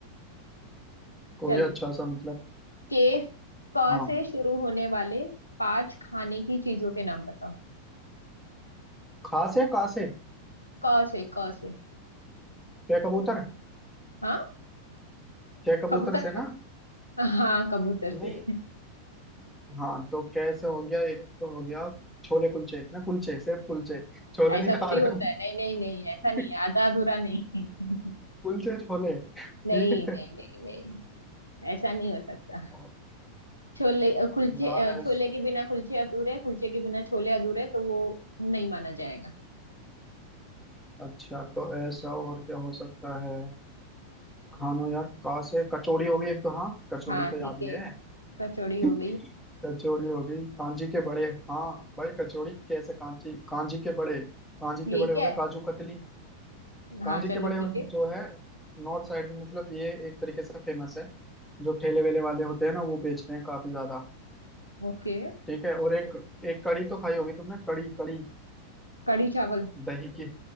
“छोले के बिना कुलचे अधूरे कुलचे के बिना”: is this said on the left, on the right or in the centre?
Left